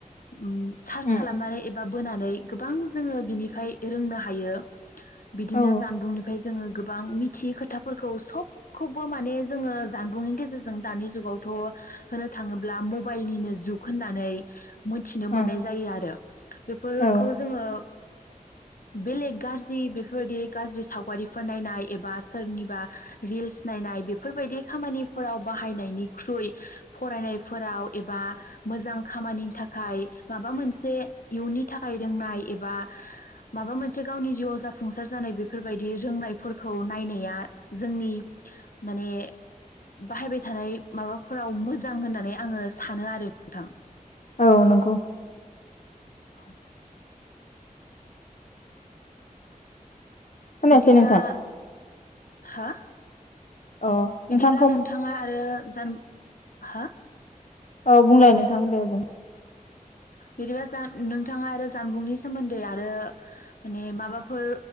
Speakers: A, on the left; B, on the left.
A: ओम सार्च
B: उम
A: खालामनानै एबा बोनानै गोबां जोङो बिनिफ्राय रोंनो हायो बिदिनो
B: औ
A: जानबुंनिफ्राय जोङो गोबां मिथियै खोथाफोरखौ सबखौबो माने जोङो जानबुंनि गेजेरजों दानि जुगावथ' होनो थाङोब्ला मबाइलनिनो जुग होननानै मोनथिनो
B: उम
A: मोननाय जायो आरो बेफोरखौ
B: औ
A: जोङो बेलेग गाज्रि बेफोरबायदि गाज्रि सावगारि फोर नायनाय एबा सोरनिबा रिल्स नायनाय बेफोरबायदि खामानि फोराव बाहायनायनिख्रुइ फरायनायफोराव एबा मोजां खामानिनि थाखाय माबा मोनसे इयुननि थाखाय रोंनाय एबा माबा मोनसे गावनि जिउआव जाफुंसार जानाय बेफोरबायदि रोंनायफोरखौ नायनाया जोंनि माने बाहायबाय थानाय माबाफोराव मोजां होननानै आङो सानो आरो नोंथां।
B: औ नंगौ
A: <inaudible>
B: खोनायासै
A: बिदिब्ला
B: नोंथां
A: हो
B: अ
A: बिदिब्ला
B: नोंथांखौ
A: नोंथांङा आरो जान हा
B: औ बुंलाय नोंथां दे बुं।
A: बिदिबा जा नोंथाङा आरो जानबुंनि सोमोन्दै आरो माने माबाफोर